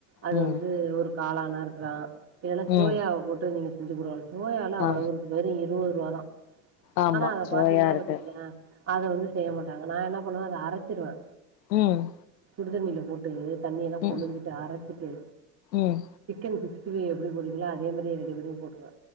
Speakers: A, on the right; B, on the left.
A: அது
B: ம்
A: வந்து ஒரு காளானா இருக்கலா இல்லன்னா சோயாவ்
B: ம்
A: போட்டு நீங்க செஞ்சு கூட <unintelligible> சோயால்லா அவ்வளவ்
B: ஆ
A: இருக்கு வெறு இருவத்ருவா தா
B: ஆமா
A: ஆனா அத
B: சுவையா
A: பாத்தீங்கனா
B: இருக்கு
A: பாத்துக்கங்ளே அத வந்து செய்ய மாட்டாங்க நா என்ன பண்ணுவ அத அரச்சிருவே
B: ம்
A: சுடுதண்ணில போட்டு தண்ணியெல்லா புழிஞ்சிட்டு
B: ம்
A: அரச்சிட்டு
B: ம்
A: சிக்கன் சிக்ஸ்டி ஃபை எப்டி போடுவீங்ளோ அதே மாரியே ரெடி பண்ணி போட்ருவே